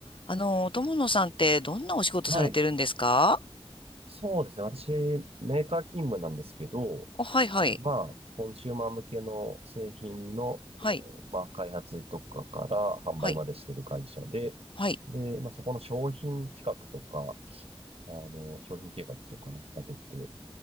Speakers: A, on the left; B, on the right.
A: あの、友野さんってどんなお仕事されてるんですか
B: はい。そうですね。私、メーカー勤務なんですけど、
A: お、はいはい。
B: まあ、コンシューマー向けの製品の、
A: はい。
B: まあ、開発とかから販売までしてる会社で、
A: はい。はい。
B: で、まあ、そこの商品企画とか、あの、商品計画とか立てて、